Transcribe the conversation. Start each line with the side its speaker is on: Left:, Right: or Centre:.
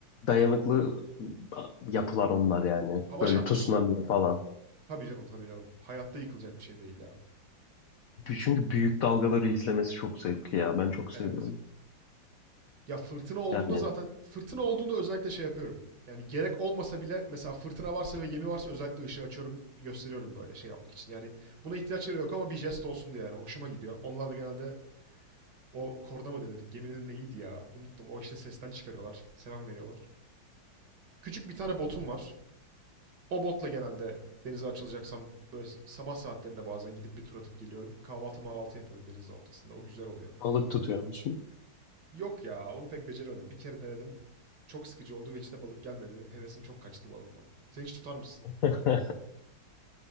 Left: Dayanıklı yapılar onlar yani.
Right: Hava
Left: Böyle
Right: şartlarına
Left: tsunami
Right: ama.
Left: falan.
Right: Tabii canım tabii canım. Hayatta yıkılacak bir şey değil ya.
Left: Çünkü büyük dalgaları izlemesi çok zevkli ya. Ben çok
Right: Evet.
Left: seviyorum.
Right: Ya fırtına olduğunda
Left: Yani
Right: zaten
Left: <laughs>
Right: fırtına olduğunda özellikle şey yapıyorum. Yani gerek olmasa bile mesela fırtına varsa ve gemi varsa özellikle ışığı açıyorum, gösteriyorum böyle şey yapmak için. Yani buna ihtiyaçları yok ama bir jest olsun diye yani hoşuma gidiyor. Onlar da genelde o korna mı denir? Geminin neydi ya? Unuttum. O işte sesten çıkarıyorlar. Selam veriyorlar. Küçük bir tane botum var. O botla genelde denize açılacaksam böyle sabah saatlerinde bazen gidip bir tur atıp geliyorum. Kahvaltı mahvaltı yapıyorum denizin ortasında. O güzel oluyor.
Left: Balık tutuyor musun?
Right: Yok ya, onu pek beceremedim. Bir kere denedim. Çok sıkıcı oldu ve içine balık gelmedi. Hevesim çok kaçtı balıktan. Sen hiç tutar mısın?
Left: <laughs>